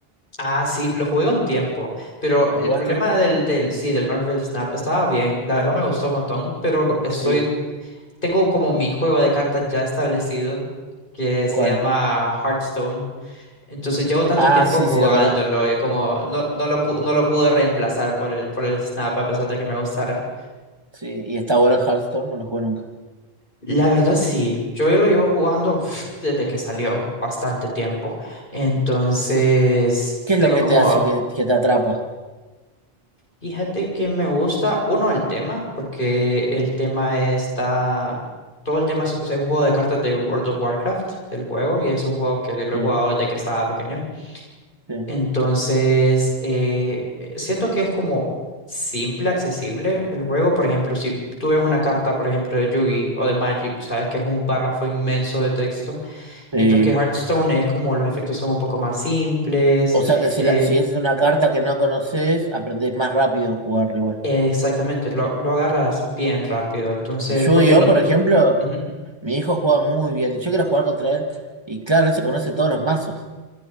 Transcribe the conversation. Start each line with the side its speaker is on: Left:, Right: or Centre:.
Left: Ah, sí, lo jugué un tiempo, pero
Right: ¿Lo
Left: el
Right: jugaste?
Left: problema del, del, sí, del Marvel Snap estaba bien, la verdad me gustó un montón, pero estoy,
Right: Sí.
Left: tengo como mi juego de cartas ya establecido, que se
Right: ¿Cuál?
Left: llama Hearthstone. Entonces llevo tanto
Right: Ah,
Left: tiempo
Right: sí,
Left: jugándolo
Right: sí, lo conozco.
Left: y como no, no lo, pu- no lo pude reemplazar por el, por el Snap a pesar de que me gustara.
Right: Sí, y está bueno en Hearthstone, no lo juego nunca.
Left: La verdad sí, yo lo llevo jugando <sniffs> pf, desde que salió, bastante tiempo. Entonces
Right: ¿Qué es
Left: tengo
Right: lo que
Left: como,
Right: te hace que, que te atrapa?
Left: fíjate que me gusta, uno, el tema, porque el tema está, todo el tema es, es un juego de cartas de World of Warcraft, del juego, y es un juego que lo
Right: Sí,
Left: he jugado desde que estaba pequeño.
Right: sí,
Left: Entonces, eh, eh, siento que es como simple, accesible el juego. Por ejemplo, si tú ves una carta, por ejemplo, de Yugi o de Magic, sabes que es un párrafo inmenso de texto,
Right: sí.
Left: mientras que Hearthstone es como los efectos son un poco más simples.
Right: O sea que si,
Left: eh,
Right: la, si es una carta que no conoces, aprendés más rápido a jugarlo igual.
Left: eh, exactamente, lo, lo agarras bien rápido. Entonces,
Right: Porque Yu-Gi-Oh,
Left: porque no...
Right: por ejemplo,
Left: Ujú.
Right: mi hijo juega muy bien y yo quiero jugar contra él. Y claro, él se conoce todos los mazos.